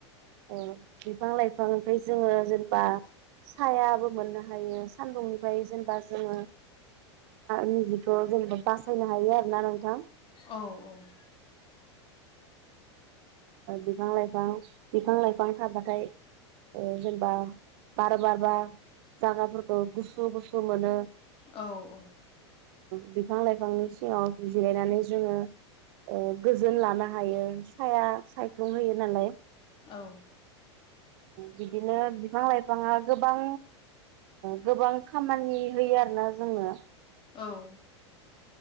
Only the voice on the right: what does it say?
औ बिफां लाइफां ओमफ्राय जोङो जेनेबा सायाबो मोननो हायो सान्दुंनिफ्राय जेनेबा जोङो। निजिखौ जेनेबा बासायनो हायो आरोना नोंथां।
बिफां लाइफां बिफां लाइफां थाबाथाय जेनेबा बार बारबा जाग्राफोरखौ गुसु गुसु मोनो
बिफां लाइफांनि सिङाव जिरायनानै जोङो। गोजोन लानो हायो साया सायखुम होयो नालाय।
बिदिनो बिफां लाइफाङा गोबां गोबां खामानि होयो आरोना जोंनो।